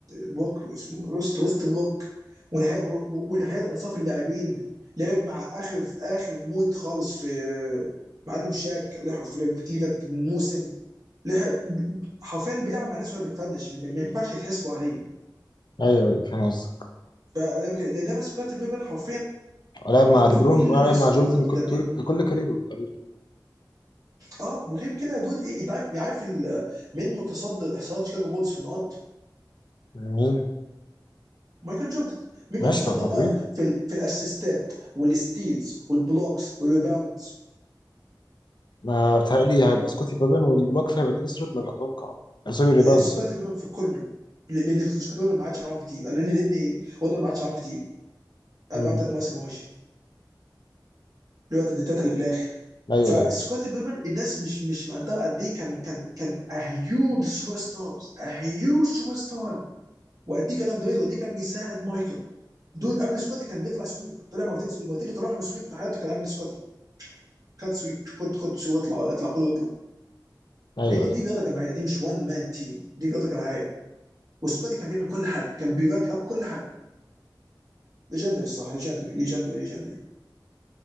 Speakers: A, on the right (about 50°); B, on the left (about 70°).
A: بوك اسمه روست ويست بوك ونهايه و- ونهايه انصاف اللاعبين لعب مع اخر في اخر موت خالص في آه، معلم شاك لعب في كليفلاند من موسم لح- حرفيا بيلعب مع ناس وهو بتفنش ما ما ينفعش يتحسبوا عليه
B: ايوه ايوه فاهم قصدك
A: ف لان ده سكوت بيبن حرفيا
B: لعب مع ليبرون
A: في كل
B: ولعب
A: الاحصائيات
B: مع جوردن كل
A: بتاع
B: طول كل كاريره تقريبا
A: اه وغير كده يا دود ايه انت عارف يعني عارف ال- مين متصدر احصائيات شيكاغو بولز في النقط؟
B: مين
A: مايكل جوردن مين
B: ماشي
A: بقى متصدر
B: طب ما
A: بقى
B: طبيعي
A: في ال... في الاسيستات والستيلز والبلوكس والريباوندز
B: ما بتهيألي هيبقى سكوتي بابن والبلوكس هيبقى دينيس رودمان اتوقع آه، سوري ريباوند
A: سكوت
B: سوري
A: بيبن في كله لان سكوت بيبن ما عادش معاهم كتير لان لان وده ما عادش معاهم كتير قعد
B: مم.
A: معاهم ثلاث مواسم ومشي اللي هو التسديدات اللي في الاخر
B: ايوه
A: فسكوتي
B: ايوه
A: بيبن الناس مش مش مقدره قد ايه كان كان كان هيوج سوبر ستار هيوج سوبر ستار وقد ايه كان اندرويد وقد ايه كان بيساعد مايكل دود قبل سكوتي كان بيطلع سويب طلع مرتين المرتين اللي طلعهم سويب في حياته كان قبل سكوتي خد سويب خد خد سويب اطلع اطلع خد واطلع
B: ايوه
A: لان
B: ايوه
A: دي رياضه جماعيه دي مش وان مان تيم دي رياضه جماعيه وسكوتي كان بيعمل كل حاجه كان بيباك اب كل حاجه ليجندري الصراحه ليجندري ليجندري ليجندري